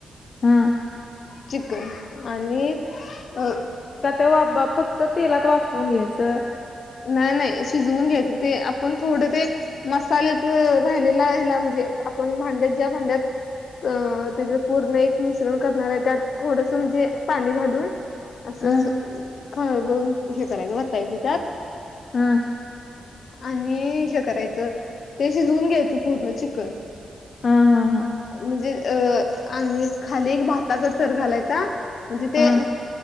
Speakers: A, on the left (about 50°); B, on the left (about 65°).
A: हां
B: चिकन आणि अ
A: तवा फक्त तेलात वापून घ्यायचं.
B: नाही नाही शिजवून घ्यायचं ते आपण थोडं ते मसालेच राहिलेला ह्याला म्हणजे आपण भांड्यात ज्या भांड्यात अ त्याचं पूर्ण एक मिश्रण करणार आहे त्यात थोडस म्हणजे पाणी घालून असं
A: हं
B: खळबळून हे करायचं वतायचं त्यात.
A: हम्म.
B: आणि हे करायचं ते शिजवून घ्यायचं पूर्ण चिकन.
A: हा हा हा.
B: म्हणजे अ आणि खाली एक भाताचा थर घालायचा. म्हणजे ते
A: हं